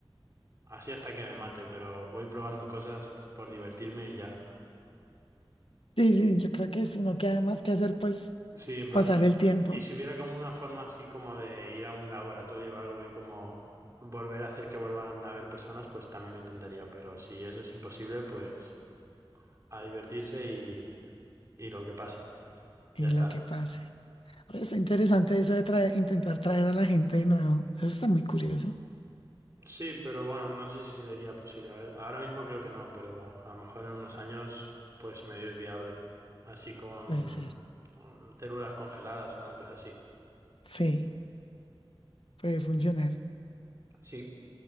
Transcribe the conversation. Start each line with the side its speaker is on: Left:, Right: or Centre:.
Right: Así hasta que me mate, pero voy probando cosas por divertirme y ya.
Left: Sí, sí, yo creo que si no queda más que hacer, pues
Right: Sí, en plan,
Left: pasar el tiempo
Right: y si hubiera como una forma así como de ir a un laboratorio o algo y como volver a hacer que vuelvan a haber personas, pues también lo intentaría, pero si eso es imposible, pues a divertirse y, y lo que pase,
Left: y
Right: ya está.
Left: lo que pase. Oye, está interesante eso de traer- intentar traer a la gente de nuevo. Eso está muy curioso.
Right: Sí, pero bueno, no sé si sería posible. A ver, ahora mismo creo que no, pero a lo mejor en unos años, pues medio es viable. Así con,
Left: Puede ser.
Right: con células congeladas o una cosa así.
Left: Sí, puede funcionar.
Right: Sí,